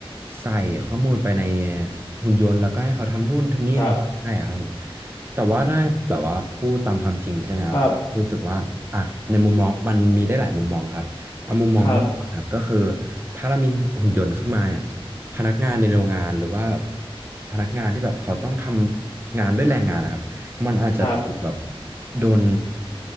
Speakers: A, on the right; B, on the left.
A: ใส่ข้อมูลไปในหุ่นยนต์แล้วก็ให้เขาทำนู่นทำนี่ทำนั่นให้อะครับผม
B: ครับ
A: แต่ว่าได้แบบว่าพูดตามความจริงใช่ไหมครับรู้สึกว่าอ่ะในมุมมองมันมีได้หลายมุมมองครับเอามุมมองแรกก่อนครับก็คือ
B: ครับครับ
A: ถ้าเรามีหุ่นยนต์ขึ้นมาเนี่ยพนักงานในโรงงานหรือว่าพนักงานที่แบบเขาต้องทำงานด้วยแรงงานนะครับ มันอาจจะถูกแบบ
B: ครับ
A: โดน